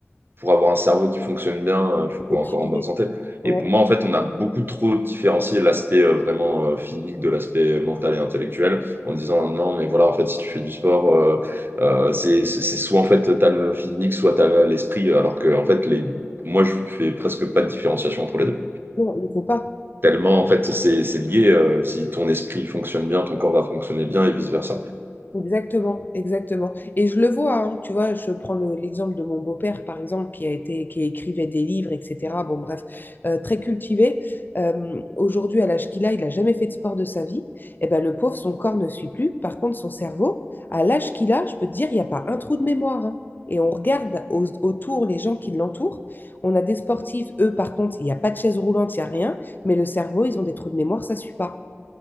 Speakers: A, on the right (about 50°); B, on the left (about 40°).
A: pour avoir un cerveau qui fonctionne bien, il faut
B: qui
A: encore
B: privé.
A: en bonne santé.
B: Ouais.
A: Et pour moi, en fait, on a beaucoup trop différencié l'aspect euh, vraiment euh, physique de l'aspect euh, mental et intellectuel en disant non, mais voilà, en fait, si tu fais du sport, euh, euh, c'est c'est- c'est soit en fait t'as le physique, soit t'as le- l'esprit, alors que en fait, les... moi, je fais presque pas de différenciation entre les deux.
B: Non, il ne faut pas.
A: Tellement, en fait, c'est c'est lié. euh, si ton esprit fonctionne bien, ton corps va fonctionner bien et vice-versa.
B: Exactement, exactement. Et je le vois, hein, tu vois, je prends le- l'exemple de mon beau-père, par exemple, qui a été, qui écrivait des livres, etc. Bon, bref, euh, très cultivé. Euh, aujourd'hui, à l'âge qu'il a, il n'a jamais fait de sport de sa vie. Et ben, le pauvre, son corps ne suit plus. Par contre, son cerveau, à l'âge qu'il a, je peux te dire, il n'y a pas un trou de mémoire. hein. Et on regarde au- autour les gens qui l'entourent. On a des sportifs, eux, par contre, il n'y a pas de chaise roulante, il n'y a rien. Mais le cerveau, ils ont des trous de mémoire, ça ne suit pas.